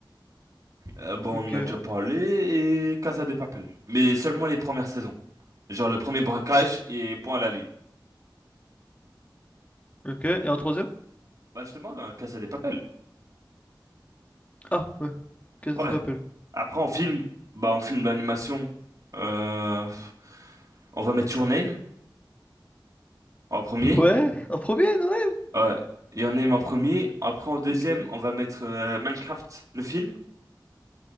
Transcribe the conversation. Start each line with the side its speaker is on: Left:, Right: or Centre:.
Right: Euh, bon,
Left: Ok,
Right: on en a déjà parlé, et Casa de Papel, mais seulement les premières saisons. Genre le premier braquage et point à la ligne.
Left: ok. Et en troisième?
Right: Bah, justement, euh, Casa de Papel.
Left: Ah, ouais. Casa
Right: Ouais.
Left: de Papel.
Right: Après, en film, bah, en film d'animation, euh, on va mettre Your Name en premier.
Left: <laughs> Ouais, en premier, dans les...
Right: Ouais, Your Name en premier. Après, en deuxième,
Left: Ok.
Right: on va mettre euh, Minecraft, le film,